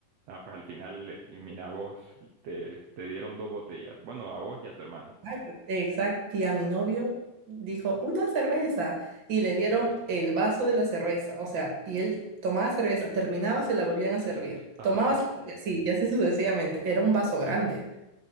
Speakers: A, on the right; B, on the right.
A: Ah, pues al final, eh, mira, a vos te, te dieron dos botellas. Bueno, a vos y a tu hermana.
B: Exacto. Exacto. Y a mi novio dijo, una cerveza, y le dieron el vaso de la cerveza, o sea, y él tomaba cerveza, terminaba, se la volvían a servir,
A: Ajá.
B: tomaba, se- y así, y así sucesivamente, era un vaso grande.